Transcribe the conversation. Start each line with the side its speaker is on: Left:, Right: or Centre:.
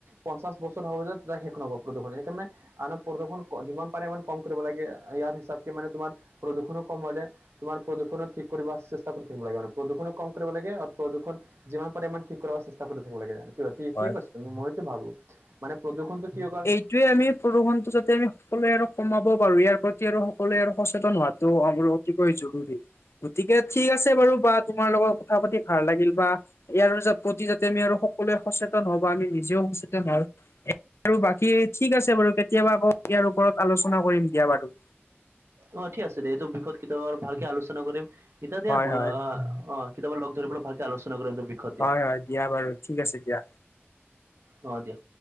Right: পঞ্চাছ বছৰ হ'ব যে তেতিয়া শেষ নহ'ব প্ৰদূষণ সেইকাৰণে আৰু প্ৰদূষণ যিমান পাৰে ইমান কম কৰিব লাগে, ইয়াৰ হিচাপকে মানে তোমাৰ প্ৰদূষণো কম হলে তোমাৰ প্ৰদূষণো ঠিক কৰিব চেষ্টা কৰি থাকিব লাগে মানে প্ৰদূষণো কম কৰিব লাগে আৰু প্ৰদূষণ যিমান পাৰে ইমান ঠিক কৰাৰ চেষ্টা কৰি থাকিব লাগে,
Left: হয়,
Right: ঠিক আছে মইতো ভাবোঁ। মানে প্ৰদূষণটো কিহৰ কাৰণে
Left: সেইটোৱে আমি প্ৰদূষণটো যাতে আমি সকলোৱে আৰু কমাব পাৰো, ইয়াৰ প্ৰতি আৰু সকলোৱে আৰু সচেতন হোৱাত অতিকৈ জৰুৰী, গতিকে ঠিক আছে বাৰু বা তোমাৰ লগত কথা পাতি ভাল লাগিল বা ইয়াৰ প্ৰতি যাতে আমি আৰু সকলোৱে সচেতন হওঁ বা আমি নিজেও সচেতন হওঁ। আৰু বাকী ঠিক আছে বাৰু কেতিয়াবা আকৌ ইয়াৰ ওপৰত আলোচনা কৰিম দিয়া বাৰু।
Right: অ' ঠিক আছে দিয়া, এইটো বিষয়ত কেতিয়াবা আৰু ভালকে আলোচনা কৰিম। এতিয়া দিয়া
Left: হয়,
Right: মই
Left: হয়,
Right: আ, অ' কেতিয়াবা লগ ধৰিবলৈ ভালকে আলোচনা কৰিম বিষয়ত দিয়া
Left: হয়, হয়, দিয়া বাৰু ঠিক আছে দিয়া।
Right: অহ, দিয়া।